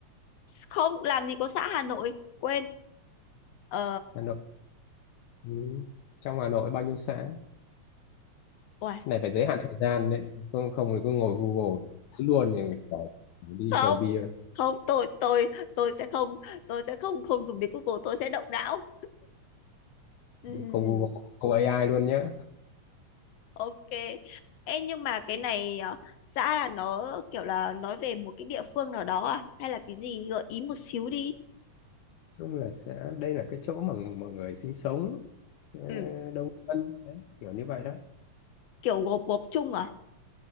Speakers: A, on the left; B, on the left.
A: không làm gì có xã Hà Nội quên ờ
B: Hà Nội ừ. trong Hà Nội bao nhiêu xã
A: uầy,
B: này phải giới hạn thời gian đấy không không thì cứ ngồi Google Thấy luôn thì phải đi
A: không
B: chầu bia
A: không tôi tôi tôi sẽ không tôi sẽ không không dùng đến Google tôi sẽ động não Ừm,
B: không Google không AI luôn nhá
A: ok Ê, nhưng mà cái này ờ, xã là nó kiểu là nói về một cái địa phương nào đó à hay là cái gì gợi ý một xíu đi
B: chung là xã đây là cái chỗ mà mọi người sinh sống ờ,
A: ừ
B: đông dân đấy kiểu như vậy đó
A: kiểu gộp gộp chung à